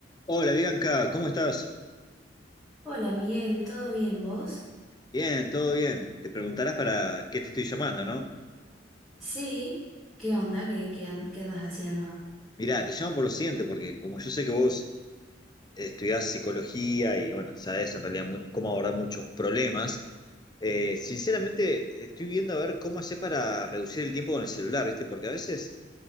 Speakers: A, on the left; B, in the centre.
A: Hola Bianca, ¿cómo estás?
B: Hola Miguel, ¿todo bien vos?
A: Bien, todo bien. Te preguntarás para qué te estoy llamando, ¿no?
B: Sí, ¿qué onda? ¿Qué, qué, an- qué andas haciendo?
A: Mirá, te llamo por lo siguiente, porque como yo sé que vos eh, estudiás psicología y bueno, sabés en realidad mu- cómo abordar muchos problemas, eh, sinceramente estoy viendo a ver cómo hacer para reducir el tiempo con el celular, ¿viste? Porque a veces